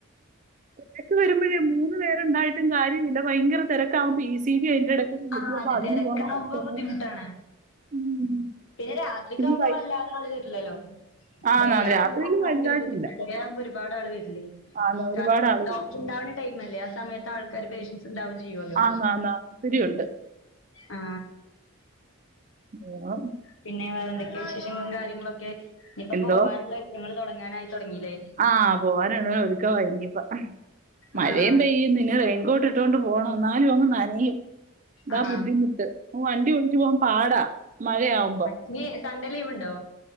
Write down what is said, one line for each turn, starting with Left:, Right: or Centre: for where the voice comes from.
Right: തെരക്ക് വരുമ്പഴേ മൂന്ന് പേരുണ്ടായിട്ടും കാര്യമില്ല ഭയങ്കര തെര ക്കാവുമ്പ ഇ സി ജി അതിന്റെ എടക്ക്‌ വിളിക്കും
Left: ആഹ്
Right: അപ്പ
Left: അതെ
Right: അതിനും
Left: തിരക്കാവുമ്പോ
Right: പോണം എക്സറേ
Left: ബുദ്ധിമുട്ടാണ്
Right: ഉം
Left: പിന്നെ രാത്രിക്ക
Right: പിന്നെ
Left: ആവുമ്പ
Right: വൈ
Left: വല്ലാത ആള് വര്ല്ലലോ
Right: ആന്നാന്ന്
Left: ഡേ ആവുമ്പഴാ
Right: രാത്രിയില്
Left: ഭയങ്കര
Right: വലുതായിട്ടില്ല.
Left: ബുദ്ധിമുട്ട് ഡേ ആവുമ്പ ഒരുപാട് ആള് വര്ല്ലേ
Right: ആന്ന് ഒരുപാട്
Left: കാരണം
Right: ആള് വരും.
Left: ഡോക്ടർ ഇണ്ടാവ്ണ ടൈമല്ലേ ആ സമയത്ത് ആൾക്കാര് പേഷ്യൻസ് ഇണ്ടാവും ചെയ്യുവല്ലോ
Right: ആന്നാന്നാന്ന് ഒത്തിരിയുണ്ട്.
Left: ആ
Right: ഉം.
Left: പിന്നെ വേറെ എന്തേക്കെ വിശേഷങ്ങളും കാര്യങ്ങളൊക്കെ ഇഞ്ഞിപ്പ
Right: എന്തോ
Left: പോവാനുള്ള ഒരുക്കങ്ങള് തൊടങ്ങാനായി തോട്ങ്ങിലെ
Right: ആ പോവാന്ള്ള ഒരുക്കമായി ഇഞ്ഞിപ്പ മഴയും
Left: ആ
Right: പെയ്യുന്ന്‌ ഇനി റെയിൻകോട്ട് ഇട്ടോണ്ട് പോണം ന്നാലും അങ്ങ് നനയും ഇതാ
Left: ആ
Right: ബുദ്ധിമുട്ട് വണ്ടി ഓടിച്ചു പോവാം പാടാ മഴയാവുമ്പം
Left: ഇഞ്ഞി സൺഡേ ലീവ് ഇണ്ടോ